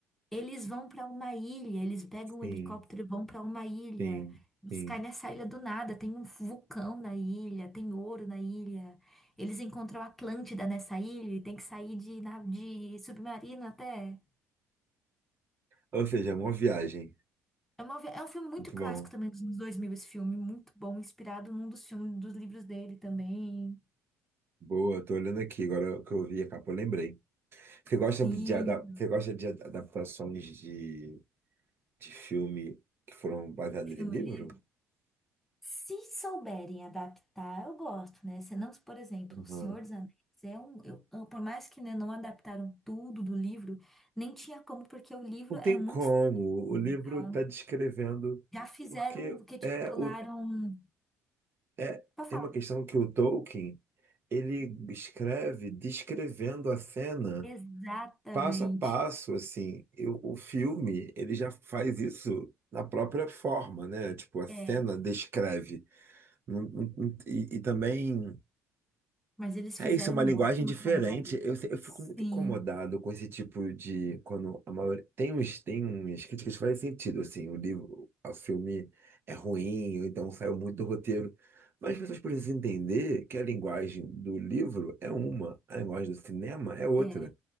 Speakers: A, in the centre; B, on the right.
A: Eles vão para uma ilha, eles pegam
B: Sim,
A: um helicóptero e vão para uma ilha.
B: sim,
A: Eles
B: sim.
A: caem nessa ilha do nada, tem um vulcão na ilha, tem ouro na ilha. Eles encontram a Atlântida nessa ilha e tem que sair de, na- de submarino até.
B: Ou seja, é uma viagem.
A: É, uma vi- é um filme muito
B: Muito
A: clássico
B: bom.
A: também dos anos 2000 esse filme, muito bom, inspirado num dos filmes, dos livros dele também.
B: Boa, tô olhando aqui, agora que eu vi a capa, eu lembrei. Você gosta
A: Sim,
B: de, ada- você gosta de ad- adaptações de, de filme que foram baseadas
A: filme,
B: em livro?
A: ele Se souberem adaptar, eu gosto, né? Senão, por exemplo,
B: Uhum.
A: O Senhor dos Anéis é um. eu- eu- por mais que né, não adaptaram tudo do livro, nem tinha como, porque o livro
B: Não
A: é
B: tem
A: muito.
B: como.
A: extenso. Então,
B: O livro está descrevendo,
A: já fizeram
B: porque
A: o que, tipo,
B: é
A: pularam.
B: o é
A: Pra falar,
B: tem uma questão que o Tolkien ele escreve descrevendo a cena.
A: exatamente.
B: Passo a passo, assim, eu- o filme, ele já faz isso na própria forma, né? Tipo, a cena
A: É,
B: descreve. Não- não- não- E, e também.
A: mas eles
B: É
A: fizeram
B: isso, é uma
A: um
B: linguagem
A: ótimo
B: diferente.
A: trabalho.
B: Eu, se- eu fico
A: Sim,
B: muito incomodado com esse tipo de. Quando a maioria, tem uns, tem umas críticas que fazem sentido, assim, o livro, o filme é ruim, ou então saiu muito do roteiro. Mas as pessoas precisam entender que a linguagem do livro é uma, a linguagem do cinema é outra.
A: é,
B: Não